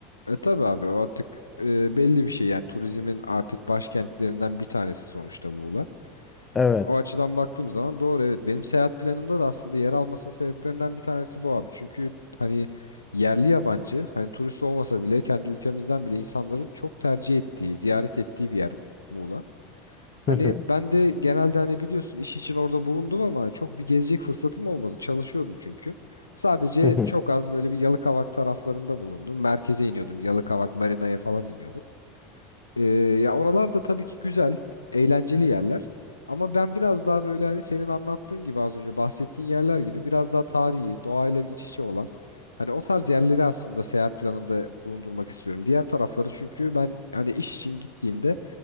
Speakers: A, on the left; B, on the left.
A: E tabi abi o artık e, belli bir şey yani turizmin artık başkentlerinden bir tanesi sonuçta Muğla.
B: Evet.
A: O açıdan baktığım zaman doğru evet. Benim seyahat planımda da aslında yer almasının sebeplerinden bir tanesi bu abi. Çünkü hani yerli yabancı hani turist olmasa bile kendi ülkemizden bile insanların çok tercih ettiği, ziyaret ettiği bir yer Muğla. Hani
B: <laughs>
A: ben de genelde hani biliyorsun iş için orada bulundum ama çok bir gezecek fırsatım olmadı. Çalışıyordum çünkü. Sadece
B: Hı hı.
A: çok az böyle bir Yalıkavak taraflarında bulundum. Merkeze iniyordum. Yalıkavak, Marina'ya falan iniyordum. Ee, ya oralar da tabii ki güzel, eğlenceli yerler. Ama ben biraz daha böyle hani senin anlattığın gibi az önce bahsettiğin yerler gibi biraz daha tarihi, doğayla iç içe olan hani o tarz yerleri aslında seyahat planımda bulundurmak istiyorum. Diğer tarafları çünkü ben hani iş için gittiğimde